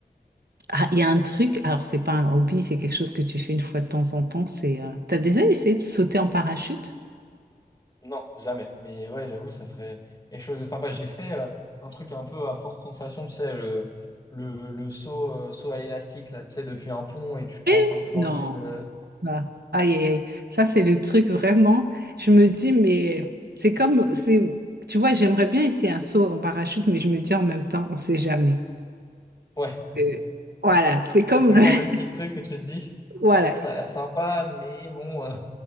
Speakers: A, on the right (about 80°); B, on the left (about 25°).
A: ah, il y a un truc, alors c'est pas un hobby, c'est quelque chose que tu fais une fois de temps en temps, c'est... euh, T'as déjà essayé de sauter en parachute?
B: Non, jamais. Mais ouais, j'avoue, ça serait quelque chose de sympa. J'ai fait euh, un truc un peu à forte sensation, tu sais, le, le, le saut, euh, saut à l'élastique, là, tu sais, depuis un pont et tu te
A: Eh,
B: lances un peu dans
A: Non.
B: le vide. euh,
A: Ah. Aïe, aïe, aïe. Ça, c'est le truc vraiment. Je me dis, mais c'est comme... c'est, Tu vois, j'aimerais bien essayer un saut en parachute, mais je me dis en même temps, on sait jamais.
B: Ouais,
A: Euh, voilà, c'est comme...
B: t'as toujours
A: le-
B: le petit truc où tu te dis,
A: <laughs> Voilà.
B: ah, ça a l'air sympa, mais bon, euh,